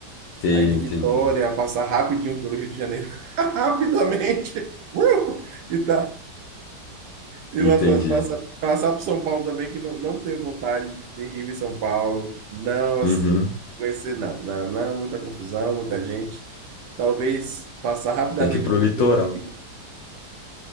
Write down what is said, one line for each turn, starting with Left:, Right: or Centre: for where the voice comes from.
Left: Te,
Right: Aí de
Left: entendi.
Right: Vitória, passar rapidinho pelo Rio de Janeiro, <laughs> rapidamente, uh, e tá. E
Left: Entendi.
Right: lá pa- passar passar por São Paulo também, que não, não tenho vontade de, de Rio e São Paulo. Não,
Left: Uhum.
Right: as- conhecer, não, não, não, muita confusão, muita gente. Talvez passar rapidamente
Left: Tem que ir pro
Right: por
Left: litoral.
Right: Curitiba.